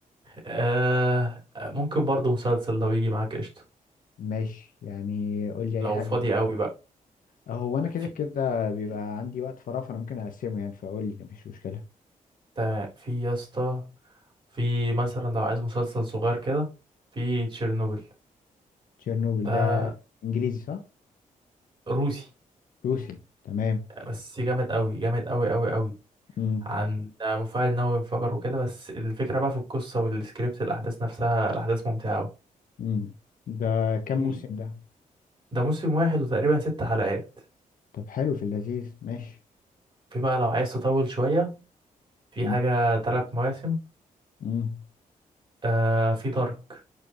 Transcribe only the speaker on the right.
آه ممكن برضو مسلسل لو يجي معاك قشطه
لو
فاضي قوي بقى
في
تا- في يا اسطى في مثلا لو عايز مسلسل صغير كده في تشيرنوبل
ده
روسي
بس جامد قوي جامد قوي قوي قوي
عن مفاعل نووي انفجر وكده بس الفكره بقى في القصه والسكريبت الاحداث نفسها الاحداث ممتعه قوي
في
ده موسم واحد وتقريبا ست حلقات
في بقى لو عايز تطول شوية في
حاجة تلات مواسم
آه في دارك